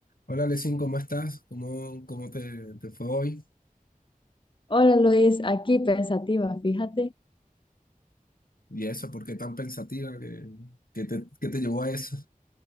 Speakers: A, on the left (about 75°); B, on the left (about 35°).
A: Hola, Lesin, ¿cómo estás? ¿Cómo, cómo te, te fue hoy?
B: Hola Luis, aquí pensativa, fíjate. <laughs>
A: ¿Y eso? ¿Por qué tan pensativa? ¿Qué, qué te, qué te llevó a eso?